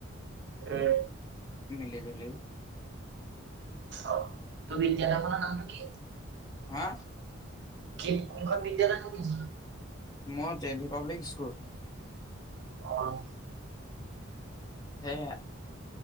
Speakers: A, on the right; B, on the left.
A: উম।
B: মিলি-জুলি
A: অ, তোৰ বিদ্যালয়খনৰ নামটো কি?
B: হা?
A: কি কোনখন বিদ্যালয় কথা কৈছ?
B: মই দেল্হী পাব্লিক স্কুল।
A: অঁ।
B: সেয়া